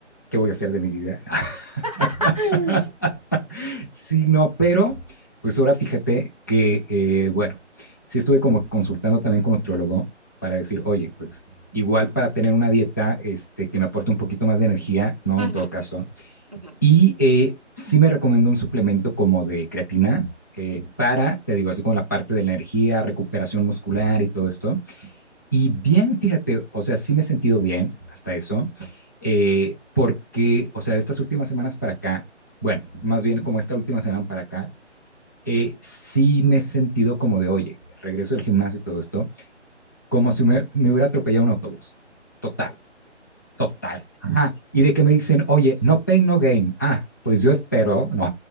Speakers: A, on the left; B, on the right.
A: qué voy a hacer de mi vida. <laughs>
B: <gasps>
A: Sí, no, pero pues ahora fíjate que, eh, bueno, sí estuve como que consultando también con nutriólogo para decir, oye, pues igual para tener una dieta este, que me aporte un poquito más de energía, ¿no? En
B: Ujú,
A: todo caso,
B: ujú. <laughs>
A: y eh, sí me recomendó un suplemento como de creatina eh, para, te digo, así como la parte de la energía, recuperación muscular y todo esto. Y bien, fíjate, o sea, sí me he sentido bien hasta eso, eh, porque, o sea, de estas últimas semanas para acá, bueno, más bien como esta última semana para acá, eh, sí me he sentido como de, oye, regreso del gimnasio y todo esto, como si me, me hubiera atropellado un autobús. Total, total. Ajá. Y de que me dicen, oye, no pain, no gain. Ah, pues yo espero, <laughs> no,